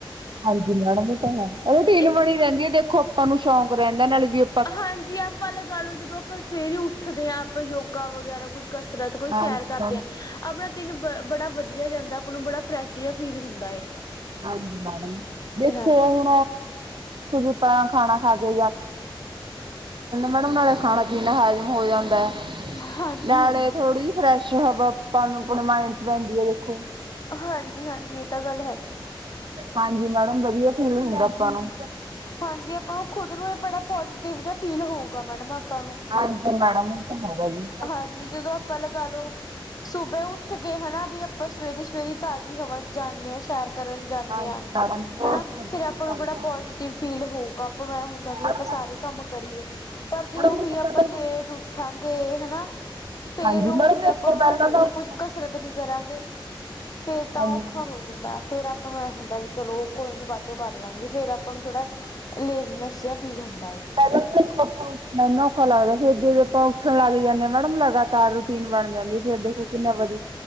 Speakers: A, on the right; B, on the left.
A: ਹਾਂਜੀ ਮੈਡਮ ਇਹ ਤਾਂ ਹੈ ਰੁਟੀਨ
B: ਇਹਦੇ
A: ਬਣੀ ਰਹਿੰਦੀ ਹੈ ਦੇਖੋਂ। <unintelligible> ਤੁਹਾਨੂੰ ਸ਼ੌਕ ਰਹਿੰਦਾ ਨਾਲ਼ੇ ਵੀ ਆ
B: ਹਾਂਜੀ ਆਪਾਂ ਲਗਾ ਲਓ ਜਦੋਂ ਆਪਾਂ ਸਵੇਰੇ ਉੱਠਦੇ ਆ ਆਪਾਂ ਯੋਗਾ ਵਗੈਰਾ ਕੋਈ ਕਸਰਤ ਕੋਈ
A: ਹਾਂਜੀ
B: ਸ਼ੈਰ ਕਰਦੇ
A: ਮੈਡਮ
B: ਆ ਅਪਣਾ ਤਿਨ ਬ ਬੜਾ ਵਧੀਆਂ ਜਾਂਦਾ ਆਪਾਂ ਨੂੰ ਬੜਾ ਫਰੈਸ਼ ਜਿਆ ਫੀਲ ਹੁੰਦਾ ਏ।
A: ਹਾਂਜੀ ਮੈਡਮ ਦੇਖੋਂ
B: ਹਾਂਜੀ।
A: <unintelligible> <unintelligible> ਸਹੀ ਕਹੰਦੇ ਮੈਡਮ ਨਾਲੇ ਖਾਣਾ ਪੀਣਾ ਹਜ਼ਮ ਹੋ ਜਾਂਦਾ
B: ਹਾਂਜੀ
A: ਨਾਲ਼ੇ
B: ਹਾਂਜੀ
A: ਥੋੜ੍ਹੀ ਫਰੈਸ਼ ਹਵਾ ਅਪਾਂ ਨੂੰ ਅਪਣੇ ਮਾਇੰਡ ਚ ਪੈਂਦੀ ਏ ਦੇਖੋਂ
B: ਹਾਂਜੀ ਹਾਂਜੀ ਇਹ ਤਾਂ ਗੱਲ ਹੈਗੀ।
A: ਹਾਂਜੀ ਮੈਡਮ ਵਧੀਆਂ ਫੀਲ ਹੁੰਦਾ ਅਪਾਂ ਨੂੰ।
B: ਹਾਂਜੀ ਆਪਾਂ ਨੂੰ ਖੁਦ ਨੂੰ ਇਹ ਬੜਾ ਪੋਜੀਟਿਵ ਜਿਆ ਫੀਲ ਹੋਊਗਾ ਮੈਡਮ ਆਪਾਂ ਨੂੰ
A: ਹਾਂਜੀ ਮੈਡਮ ਇਹ ਤਾਂ ਹੈਗਾ ਜੀ।
B: ਹਾਂਜੀ ਜਦੋਂ ਆਪਾਂ ਲਗਾ ਲੋ ਸੁਬੇ ਉੱਠਗੇ ਹਨਾ ਵੀ ਅ ਆਪਾਂ ਸਵੇਰੇ ਸਵੇਰੇ ਤਾਜ਼ੀ ਹਵਾ ਚ ਜਾਂਨੇ ਆ ਸ਼ੈਰ ਕਰਨ ਜਾਂਨੇ
A: ਹਾਂਜੀ
B: ਆ
A: ਮੈਡਮ ਬਹੁਤ
B: ਹਨਾ
A: ਵਧੀਆ
B: ਫ਼ੇਰ ਆਪਾਂ ਨੂੰ
A: ਲੱਗਦਾ।
B: ਬੜਾ ਪੋਜ਼ਟਿਵ ਫੀਲ ਹੋਊਗਾ। ਆਪਾਂ ਨੂੰ ਇਹ ਹੁੰਦਾ ਵੀ
A: ਮੈਡਮ
B: ਆਪਾਂ ਸਾਰੇ ਕੰਮ ਕਰੀਏ ਪਰ ਜੇ ਉਹੀ
A: ਦੇਖੋ ਪਹਿਲਾਂ
B: ਆਪਾਂ ਲੇਟ
A: ਤਾਂ
B: ਉੱਠਾਂਗੇ ਹਨ ਫ਼ੇਰ
A: ਹਾਂਜੀ
B: ਉਹੀ
A: ਮੈਡਮ
B: ਆਪਾਂ
A: ਦੇਖੋ
B: ਨੂੰ
A: ਪਹਿਲਾਂ
B: ਇਹ ਹੋਜੂਗਾ
A: ਤਾਂ ਹਾਂਜੀ
B: ਕੁੱਝ ਕ ਕਸਰਤ ਨੀ ਕਰਾਂਗੇ ਫ਼ੇਰ ਤਾਂ
A: ਹਾਂਜੀ
B: ਔਖਾ ਹੋ ਜਾਂਦਾ ਫ਼ੇਰ ਆਪ ਆਪਾਂ ਨੂੰ ਇਹ ਹੁੰਦਾ ਵੀ ਚਲੋ ਕੋਈ ਨੀ ਬਾਅਦ ਚੋਂ ਕਰ ਲਾਂਗੇ ਫ਼ੇਰ ਆਪਾਂ ਨੂੰ ਥੋੜ੍ਹਾ ਲੇਜ਼ੀਨੈਸ ਜਿਹਾ ਫੀਲ ਹੁੰਦਾ ਏ।
A: ਪਹਿਲੇ ਔਖਾ ਲੱਗਦਾ ਫ਼ੇਰ ਜੇ ਆਪਾਂ ਉੱਠਣ ਲੱਗ ਜਾਂਨੇ ਆ ਮੈਡਮ ਲਗਾਤਾਰ ਰੁਟੀਨ ਬਣ ਜਾਂਦੀ ਐ ਫੇਰ ਦੇਖੋ ਕਿੰਨਾ ਵਧੀਆਂ